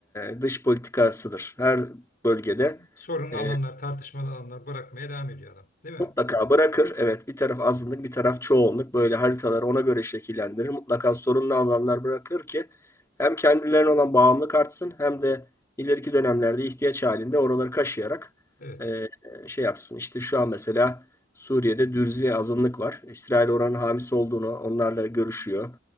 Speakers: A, on the left; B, on the left.
A: e, dış politikasıdır. Her bölgede
B: Sorunlu
A: e,
B: alanlar, tartışmalı alanlar bırakmaya devam ediyor adam, değil mi?
A: Mutlaka bırakır. Evet, bir taraf azınlık, bir taraf çoğunluk. Böyle haritaları ona göre şekillendirir. Mutlaka sorunlu alanlar bırakır ki hem kendilerine olan bağımlılık artsın hem de ileriki dönemlerde ihtiyaç halinde oraları kaşıyarak
B: Evet.
A: e, şey yapsın. İşte şu an mesela Suriye'de Dürzi azınlık var. İsrail oranın hamisi olduğunu onlarla görüşüyor.